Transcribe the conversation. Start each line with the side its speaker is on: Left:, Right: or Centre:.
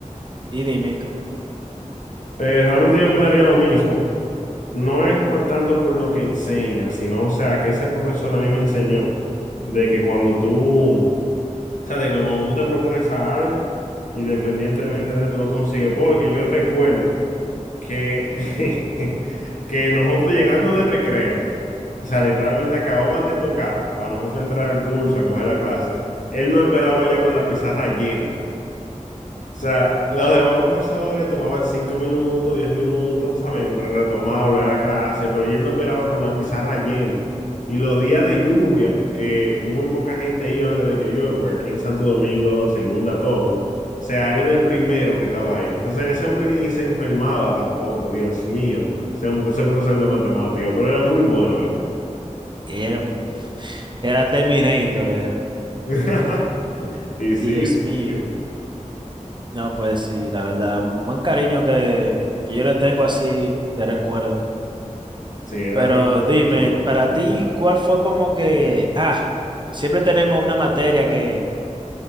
Right: y dime tú,
Left: Eh, realmente yo opinaría lo mismo. No es por tanto por lo que enseña, sino, o sea, que ese profesor a mí me enseñó de que cuando tú O sea, de que cuando tú te propones a algo, independientemente de tú lo consigues, porque yo recuerdo que, <laughs> que nosotros llegando de recreo, o sea, literalmente acababan de tocar para nosotros entrar al curso, a coger la clase, él no esperaba ya con la pizarra llena. O sea, los demás profesores tomaban cinco minutos, diez minutos, ¿saben? Re- Retomar, volver a la clase, pero él no operaba con la pizarra llena. Y los días de lluvia, que muy poca gente iba desde que llueve, porque aquí en Santo Domingo se inunda todo. O sea, él era el primero que estaba ahí. Entonces, ese hombre ni se enfermaba tampoco, Dios mío. Ese hombre, ese profesor de matemáticas, pero era muy bueno él.
Right: era, un- era Terminator, era.
Left: <laughs> Y sí,
Right: Sí. Dios
Left: sí,
Right: mío.
Left: sí,
Right: No, pues sí, la verdad, buen cariño que, que yo le tengo así de recuerdo.
Left: sí, era
Right: Pero
Left: realmente un
Right: dime,
Left: profesor muy bueno.
Right: para ti, ¿cuál fue como que, ah, siempre tenemos una materia que,